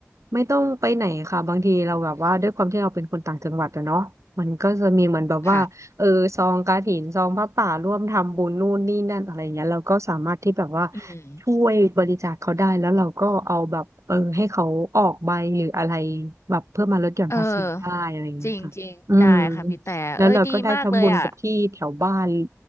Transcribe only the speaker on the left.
ค่ะอืม
เออจริงจริงได้ค่ะพี่แต่เอ้ยดีมากเลยอ่ะ